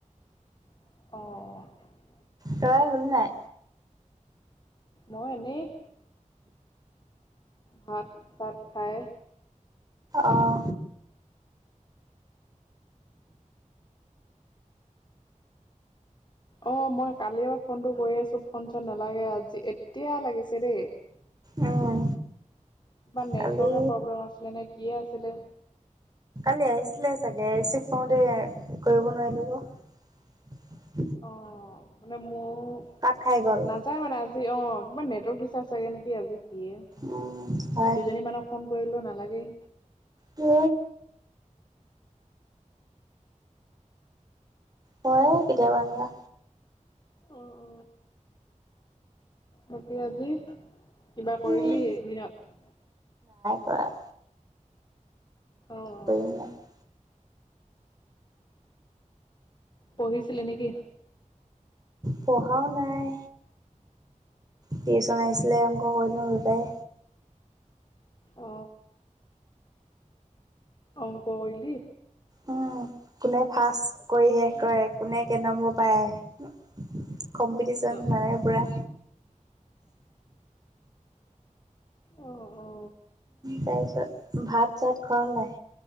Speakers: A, on the left; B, on the right.
A: অঁ।
B: তই শুলি নাই?
A: মই এনেই <unintelligible> ভাত পাত খাই।
B: অহ।
A: অ মই কালিৰ পৰা ফোনটো কৰি আছো ফোন চোন নালাগে আজি এতিয়া লাগিছে দেই।
B: উম,
A: কিবা নেটৱৰ্কে
B: কালি
A: প্ৰব্লেম আছিলে নে কিয়ে আছিলে।
B: কালি আহিছিলে চাগে ৰিচিভ কৰোতে কৰিব নোৱাৰিলোঁ ক।
A: অ মানে মোৰ
B: কাট খাই গ'ল।
A: নাযায় মানে আ। অ কিবা নেটৱৰ্ক দিচটাপ চাগে নেকি আজি কি এই নে
B: উম, হয়
A: দুইজনী মানক ফোন। কৰিলো নালাগেই।
B: অ। হয় কেতিয়াবা এনেকুৱা।
A: অ অ। বাকী আজি কিবা কৰিলি
B: উম,
A: দিনত।
B: আ।
A: অঁ
B: পেইনা। <unintelligible> <inaudible>
A: পঢ়িছিলি নেকি।
B: পঢ়াও নাই। টিউচন আহিছিলে অংক কৰিলোঁ ৰূপাই।
A: অ। অংক ক‌ইলি।
B: উম, কোনে ফাচ কৰি শেষ কৰে কোনে কে নম্ব পায়। কম্পিটিশ্যন
A: অ'
B: মানে পুৰা।
A: অ হ।
B: তাৰ পিছত ভাত চাত খোৱা হ'ল নাই।